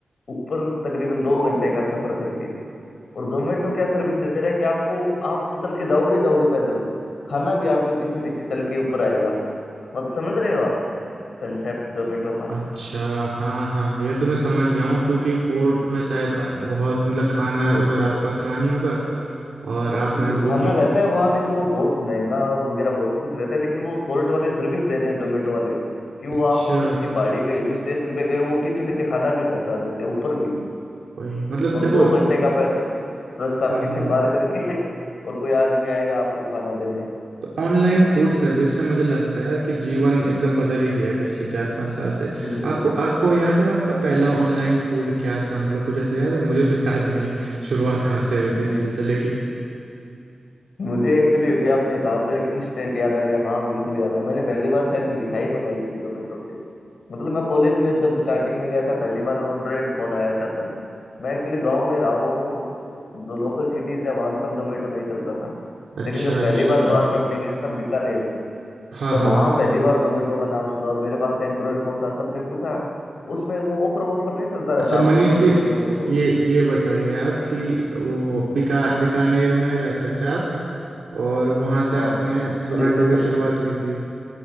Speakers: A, on the left; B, on the right.
A: ऊपर तकरीबन दो घंटे का सफर करके और जोमेटो क्या सर्विस दे रहा है कि आपको आप तो चल के जाओगे जाओगे पैदल खाना भी आपके पीछे पीछे चल के ऊपर आएगा मतलब समझ रहे हो आप कंसेप्ट जोमेटो का
B: अच्छा हाँ हाँ ये तो मैं समझ गया हूँ क्योंकि फोर्ट में शायद बहुत मतलब खाना उधर आसपास रानी होगा और आपने
A: नहीं
B: भूख
A: खाना रहता है वहाँ लेकिन वो बहुत महंगा और वगैरह बहुत कुछ रहता है लेकिन वो फोर्ट वाले सर्विस दे रहे हैं जोमेटो वाले कि वो
B: अच्छा
A: आप अगर किसी पहाड़ी पे हिल स्टेशन पे गए वो पीछे पीछे खाना भी पहुंचा देते हैं ऊपर भी
B: वही मतलब
A: मतलब
B: देखो
A: दो घंटे का पैदल रास्ता
B: हाँ
A: पीछे
B: हाँ
A: पार करके <laughs> और कोई आदमी आएगा आपको खाना देने
B: तो ऑनलाइन फूड सर्विस ने मुझे लगता है यार कि जीवन एकदम बदल ही दिया है पिछले चार पांच साल से
A: बिल्कुल
B: आपको आपको याद है आपका पहला ऑनलाइन फूड क्या था मतलब कुछ ऐसा याद है मुझे तो याद नहीं है शुरुआत कहाँ से हुई
A: नहीं
B: थी इस सिलसिले की
A: मुझे एक्चुअली अभी आपने कहा तो एक इंस्टेंट याद आ गया हाँ बिल्कुल याद है मैंने पहली बार शायद मिठाई मंगाई थी जोमेटो से मतलब मैं कॉलेज में जब स्टार्टिंग में गया था पहली बार एंड्रॉइड फोन आया था तब मैं एक्चुअली गांव में रहा हुआ हूँ और जो लोकल सिटीज है वहां तब जोमेटो नहीं चलता था
B: अच्छा
A: लेकिन जब
B: अच्छा
A: पहली बार बाहर पढ़ने गया था बीकानेर
B: हाँ
A: तो
B: हाँ
A: वहां
B: हाँ
A: पहली बार जोमेटो का नाम सुना और मेरे पास एंड्रॉइड फोन था सबने पूछा उसमें वो ऑफर वॉफर नहीं चलता
B: अच्छा
A: रहता
B: मनीष
A: आपने ऑर्डर
B: जी
A: करते होंगे तो
B: ये ये बताइए आप कि वो बीका बीकानेर में रहते थे आप और वहाँ से
A: हाँ
B: आपने जोमेटो
A: ग्रेजुएशन
B: की शुरुआत हुई थी